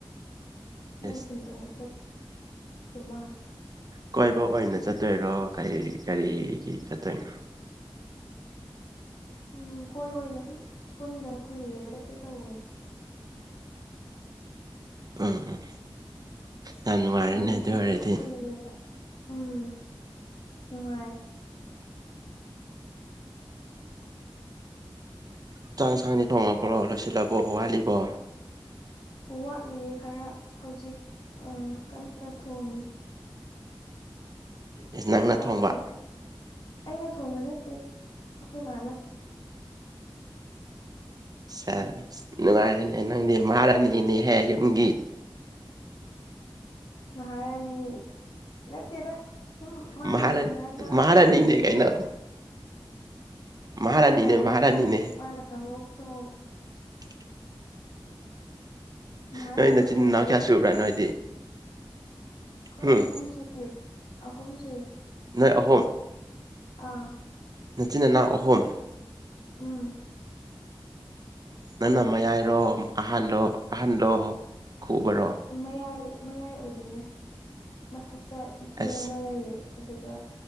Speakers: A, on the left; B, on the right.
A: ꯅꯨꯡꯊꯤꯜ
B: ꯏꯁ
A: ꯑꯣꯏꯅ ꯆꯠ ꯃꯥꯂꯦ
B: ꯀꯣꯏꯕ ꯑꯣꯏꯅ ꯆꯠꯇꯣꯏꯔꯣ ꯀꯩ ꯀꯔꯤꯒꯤ ꯆꯠꯇꯣꯏꯅꯣ
A: ꯎꯝ ꯀꯣꯏꯕ ꯑꯣꯏꯅ ꯁꯨꯝ ꯄꯨꯟꯗ ꯀꯨꯏꯔꯦꯗ ꯆꯠꯀꯦ ꯇꯧꯕꯅꯦ
B: ꯎꯝ ꯎꯝ ꯌꯥꯝ ꯅꯨꯡꯉꯥꯏꯔꯦꯅꯦ
A: ꯊꯦꯡꯅꯗꯕꯁꯨ
B: ꯑꯗꯨ ꯑꯣꯏꯔꯗꯤ
A: ꯀꯨꯏꯔꯦꯗ ꯎꯝ ꯅꯨꯡꯉꯥꯏ
B: ꯆꯥꯛ ꯏꯟꯁꯥꯡꯗꯤ ꯊꯣꯡꯉꯕ꯭ꯔꯣ ꯂꯣꯏꯁꯤꯜꯂꯕꯣ ꯋꯥꯠꯂꯤꯕꯣ
A: ꯋꯥꯠꯂꯤꯌꯦ ꯈꯔ ꯍꯧꯖꯤꯛ ꯀꯟꯅ ꯊꯣꯡꯉꯤ
B: ꯏꯁ ꯅꯪꯅ
A: ꯆꯥꯛꯄꯨꯗꯤ
B: ꯊꯣꯡꯕ
A: ꯑꯩꯅ ꯊꯣꯡꯕ ꯅꯠꯇꯦ ꯑꯩꯈꯣꯏ ꯏ ꯃꯥꯅ
B: ꯁꯦꯁ ꯅꯨꯡꯉꯥꯏꯔꯦꯅꯦ ꯅꯪꯗꯤ ꯃꯍꯥꯔꯅꯤꯅꯦꯍꯦ ꯌꯨꯝꯒꯤ
A: ꯃꯍꯥꯔꯥꯅꯤ ꯅꯠꯇꯦꯗ ꯁꯨꯝ ꯃꯥꯅ
B: ꯃꯍꯥꯔꯥ
A: ꯁꯪꯀꯥꯟꯗ
B: ꯃꯍꯥꯔꯥꯅꯤꯅꯦ
A: ꯃꯥꯅ ꯑꯃꯨꯛ ꯊꯣꯡꯉꯦ
B: ꯀꯩꯅꯣ ꯃꯍꯥꯔꯥꯅꯤꯅꯦ
A: ꯑꯩꯅ ꯑꯃꯨꯛ
B: ꯃꯍꯥꯔꯥꯅꯤꯅꯦ
A: ꯊꯣꯛꯎ ꯃꯥꯅ ꯑꯃꯨꯛ ꯊꯣꯛꯎ
B: <inaudible>
A: ꯃꯥꯍꯥꯔꯅꯤ
B: ꯅꯣꯏ ꯅꯆꯤꯟ
A: ꯑꯣꯏꯍꯜꯂꯗꯣꯏꯅꯦ
B: ꯅꯅꯥꯎ ꯀꯌꯥ ꯁꯨꯕ꯭ꯔꯥ
A: ꯑꯗꯨꯗꯤ
B: ꯅꯣꯏꯗꯤ
A: ꯑꯩꯈꯣꯏ
B: ꯍꯨꯝ
A: ꯑꯍꯨꯝꯁꯨꯏ ꯑꯍꯨꯝꯁꯨꯏ
B: ꯅꫭ ꯑꯍꯨꯝꯝ
A: ꯑꯥ
B: ꯅꯆꯤꯟ ꯏꯅꯥꯎ ꯑꯍꯨꯝ
A: ꯎꯝ
B: ꯅꯪꯅ ꯃꯌꯥꯏꯔꯣ ꯑꯍꯜꯗꯣ ꯑꯍꯟꯂꯣ ꯈꯨꯕꯔꯣ
A: ꯃꯌꯥꯏ ꯃꯌꯥꯏ ꯑꯣꯏꯗꯣꯏꯅꯦ ꯃꯊꯛꯇ ꯏꯆꯦ
B: ꯑꯁ
A: ꯑꯃ ꯂꯩꯌꯦ ꯑꯗꯨꯒ